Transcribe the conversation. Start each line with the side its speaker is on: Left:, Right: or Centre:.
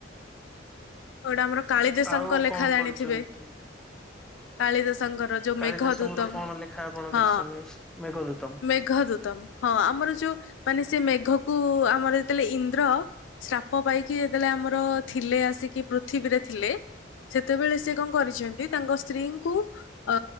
Left: ଗୋଟେ ଆମର କାଳିଦାସଙ୍କ
Centre: ଆଉ
Left: ଲେଖା
Centre: କଣ
Left: ଜାଣିଥିବେ।
Centre: ପଢିଛନ୍ତି?
Left: କାଳିଦାସଙ୍କର ଯୋଉ
Centre: କାଳିଦାସଙ୍କର
Left: ମେଘ ଦୂତମ
Centre: କଣ ଲେଖା ଆପଣ
Left: ହଁ
Centre: ଦେଖିଛନ୍ତି ମେଘଦୂତମ?
Left: ମେଘ ଦୂତ। ହଁ ଆମର ଯୋଉ ମାନେ ସେ ମେଘ କୁ ଆମର ଯେତେବେଳେ ଇନ୍ଦ୍ର ଶ୍ରାପ ପାଇକି ଯେତେବେଳେ ଆମର ଥିଲେ ଆସିକି ପୃଥିବୀରେ ଥିଲେ। ସେତେବେଳେ ସେ କଣ କରିଚନ୍ତି ତାଙ୍କ ସ୍ତ୍ରୀଙ୍କୁ ଅ